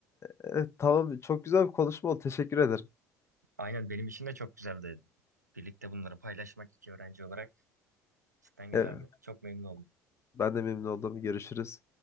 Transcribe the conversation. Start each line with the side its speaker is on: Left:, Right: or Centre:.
Left: evet, tamam çok güzel bir konuşma oldu teşekkür ederim.
Right: Aynen benim için de çok güzeldi. Birlikte bunları paylaşmak iki öğrenci olarak cidden güzeldi.
Left: Evet.
Right: Çok memnun oldum.
Left: Ben de memnun oldum. Görüşürüz.